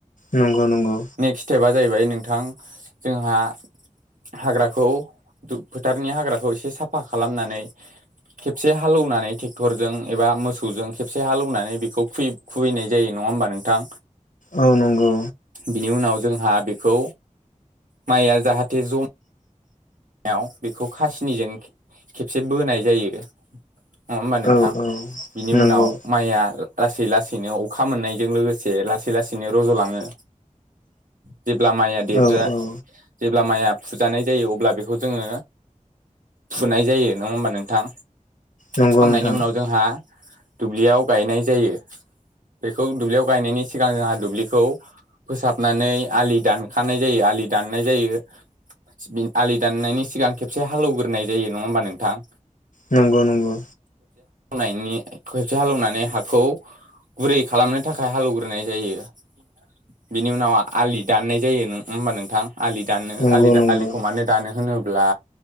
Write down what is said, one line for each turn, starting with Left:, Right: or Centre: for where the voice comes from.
Left: नंगौ नंगौ।
Right: नेक्स्ट स्टेपा जाहैबाय नोंथां जोंहा हाग्राखौ दु फोथारनि हाग्राखौ एसे साफा खालामनानै खेबसे हालौनानै टेक्टरजों एबा मोसौजों खेबसे हालौनानै बेखौ फ्रि खुबैनाय जायो नं नङा होमबा नोंथां?
Left: औ नंगौ।
Right: बिनि उनाव जोंहा बेखौ माइया जाहाथे जम याव बेखौ खासिनिजों खेबसे बोनाय जायो। नङा होमबा नोंथां
Left: औ औ
Right: बिनि
Left: नंगौ
Right: उनाव माइया लासै लासैनो अखा मोननायजों लोगोसे लासै लासैनो रज'लाङो। जेब्ला माइया देरा
Left: औ औ
Right: जेब्ला माइया फुजानाय जायो अब्ला बेख बेखौ जोङो फुनाय जायो। नङा होमबा नोंथां?
Left: नंगौ
Right: फुखांनायनि
Left: नोंथां
Right: उनाव जोंहा दुब्लियाव गायनाय जायो। बेखौ दुब्लियाव गायनायनि सिगां जोंहा दुब्लिखौ फोसाबनानै आलि दानखानाय जायो आलि दाननाय जायो बि आलि दाननायनि सिगां खेबसे हालौग्रोनाय जायो नङा होमबा नोंथां।
Left: नंगौ नंगौ।
Right: नायनि खेबसे हालौनानै हाखौ गुरै खालामनो थाखाय हालौवग्रोनाय जायो। बिनि उनाव आलि दाननाय जायो नङा होमबा नोंथां। आलि दाननो
Left: नंगौ
Right: आलि दा
Left: नंगौ
Right: आलिखौ मानो मानो होनोब्ला